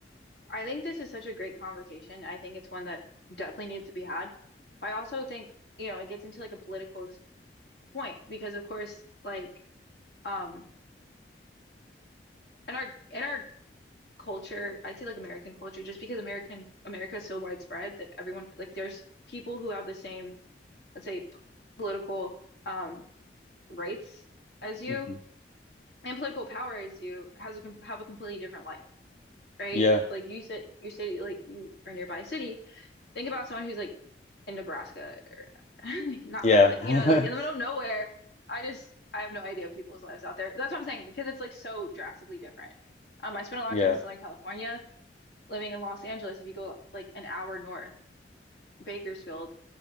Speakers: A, on the left (about 70°); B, on the left (about 40°).
A: I think this is such a great conversation. I think it's one that definitely needs to be had. I also think, you know, it gets into like a political s- point because of course like um in our in our culture, I'd say like American culture, just because American America is so widespread that everyone like there's people who have the same, let's say, p- political um rights as you
B: hmm
A: and political power as you has a com have a completely different life, right?
B: Yeah.
A: Like you said, you say like you are nearby a city. Think about someone who's like in Nebraska or <laughs> not
B: Yeah.
A: like
B: <laughs>
A: you know like in the middle of nowhere. I just I have no idea of people's lives out there. That's what I'm saying because it's like so drastically different. Um, I spent a lot
B: Yeah.
A: of time in Southern California, living in Los Angeles, if you go like an hour north, Bakersfield,